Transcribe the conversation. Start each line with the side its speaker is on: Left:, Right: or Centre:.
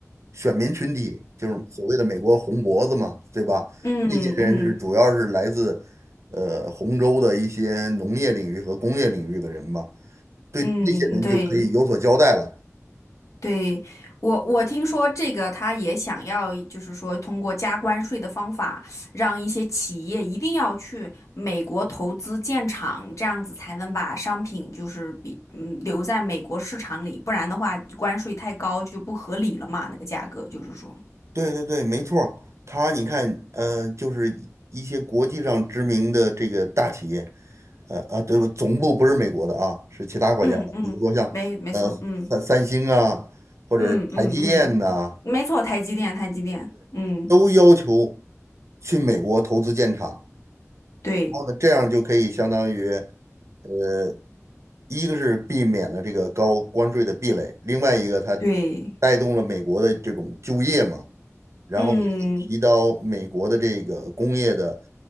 Right: 选民群体，就是所谓的美国红脖子嘛，对吧？
Left: 嗯嗯
Right: 那些人是主要是来自呃红州的一些农业领域和工业领域的人嘛，对那些人就可以有所交代了。
Left: 嗯，对对，我我听说这个他也想要，就是说通过加关税的方法，让一些企业一定要去美国投资建厂，这样子才能把商品就是比嗯留在美国市场里，不然的话关税太高就不合理了嘛，那个价格就是说。
Right: 对对对，没错儿，它你看，呃，就是一些国际上知名的这个大企业，呃啊，对，总部不是美国的啊，是其他国家的，
Left: 嗯嗯，
Right: 比如说像呃三三星啊，
Left: 没没错，嗯
Right: 或者是台积电呐、
Left: 嗯嗯嗯，没错，台积电，台积电，嗯，
Right: 都要求去美国投资建厂，
Left: 对
Right: 然后呢，这样就可以相当于呃，一个是避免了这个高关税的壁垒，另外一个它
Left: 对，
Right: 带动了美国的这种就业嘛。然后提到美国的这个工业的
Left: 嗯